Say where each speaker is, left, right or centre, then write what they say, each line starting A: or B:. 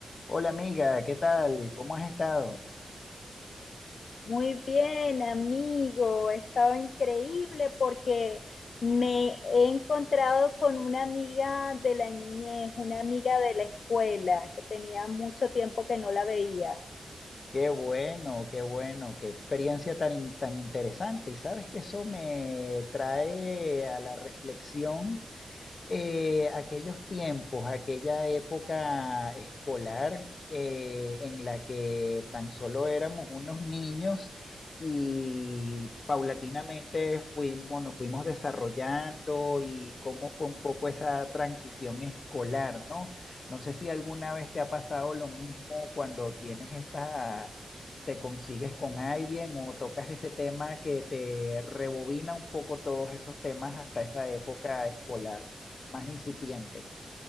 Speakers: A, on the left; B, on the left.
A: Hola amiga, ¿qué tal? ¿Cómo has estado?
B: Muy bien, amigo. He estado increíble porque me he encontrado con una amiga de la niñez, una amiga de la escuela que tenía mucho tiempo que no la veía.
A: Qué bueno, qué bueno, qué experiencia tan, in- tan interesante. Y sabes que eso me trae a la reflexión eh, aquellos tiempos, aquella época escolar eh, en la que tan solo éramos unos niños y paulatinamente fuimos, nos fuimos desarrollando y cómo fue un poco esa transición escolar, ¿no? No sé si alguna vez te ha pasado lo mismo cuando tienes esta... te consigues con alguien o tocas ese tema que te rebobina un poco todos esos temas hasta esa época escolar más incipiente.